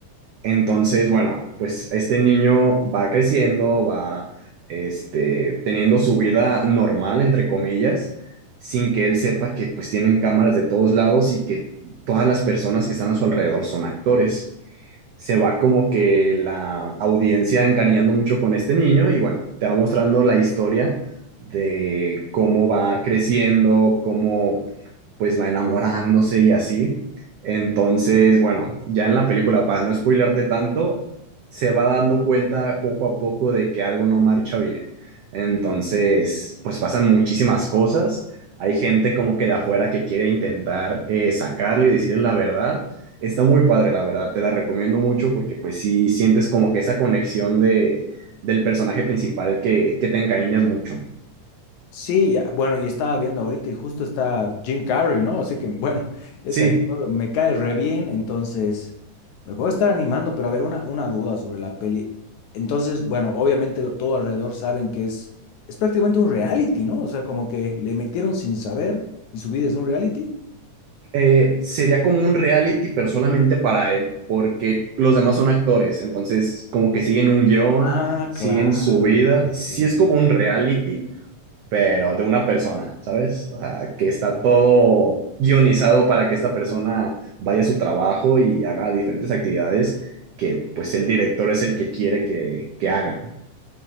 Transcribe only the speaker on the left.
Sí, ya- bueno, y estaba viendo ahorita y justo está Jim Carrey, ¿no? Así que bueno, <laughs> ese
actor me cae re bien, entonces me puedo estar animando, pero a ver, una, una duda sobre la peli. Entonces, bueno, obviamente lo- todo alrededor saben que es, es prácticamente un reality, ¿no? O sea, como que le metieron sin saber y su vida es un reality.
Ah,
claro,
¿no?
Cierto.